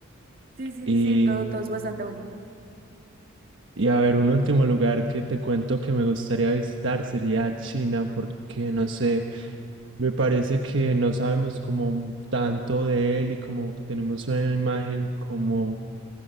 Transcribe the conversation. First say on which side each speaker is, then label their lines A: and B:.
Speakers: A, on the right; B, on the right.
A: Sí, sí,
B: Y,
A: sí, todo, todo es bastante bonito.
B: y a ver, un último lugar que te cuento que me gustaría visitar sería China, porque no sé, me parece que no sabemos como tanto de él y como tenemos una imagen como